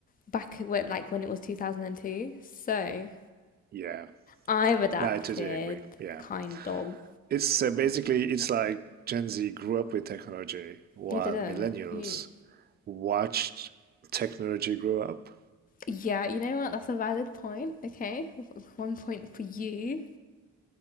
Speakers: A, on the left; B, on the right.
A: back when, like, when it was 2002. So,
B: Yeah.
A: I've adapted,
B: No, I totally agree. Yeah.
A: kind of.
B: It's uh, basically it's like Gen Z grew up with technology while
A: You didn't.
B: millennials
A: You.
B: watched technology grow up.
A: Yeah, you know what? That's a valid point. Okay, one point for you.